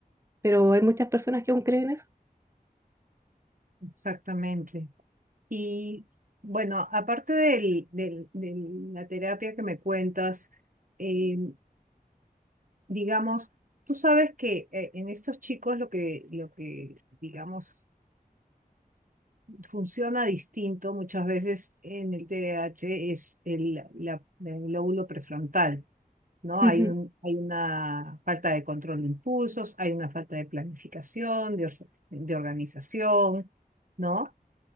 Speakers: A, on the right; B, on the right.
A: Pero hay muchas personas que aún creen eso.
B: exactamente. Y bueno, aparte del, del- de la terapia que me cuentas, eh, digamos, tú sabes que eh, en estos chicos lo que, lo que, digamos, funciona distinto muchas veces en el T D A H es el, la- el lóbulo prefrontal. ¿no?
A: Ujú.
B: Hay un, hay una falta de control de impulsos, hay una falta de planificación, de, or- de organización, ¿no?